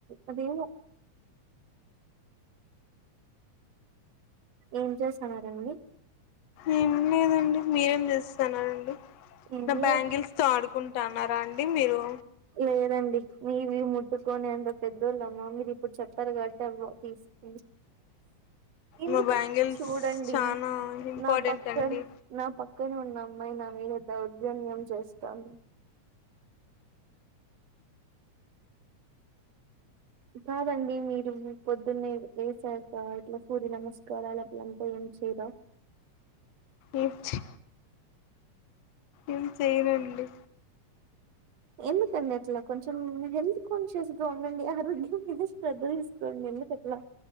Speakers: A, on the right; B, on the left.
A: అదేవో ఏం చేస్తున్నారండి
B: ఏం లేదండి మీరేం చేస్తున్నరండి
A: ఏం
B: నా
A: లేదు
B: బ్యాంగిల్స్ తో ఆడుకుంటున్నారా అండి మీరు
A: లేదండి మీవి ముట్టుకొని అంత పెద్దోళ్ళమ్మా మీరు ఇప్పుడు చెప్పారు కాబట్టి అవో తీసుకు ఎందుకు
B: మా బ్యాంగిల్స్
A: చూడండి
B: చానా ఇంపార్టెంట్
A: నా పక్కన
B: అండి
A: నా పక్కన ఉన్న అమ్మాయి నా మీద దౌర్జన్యం చేస్తోంది కాదండి మీరు పొద్దున్నే లేసాక ఇట్లా సూర్య నమస్కారాలులంతా ఏ చేయరా
B: ఏం చే ఏం చేయనండి
A: ఎందుకండి అట్లా కొంచెం హెల్త్ కాన్షియస్గా ఉండండి ఆరోగ్యం శ్రద్ధ తీసుకోండి ఎందుకట్లా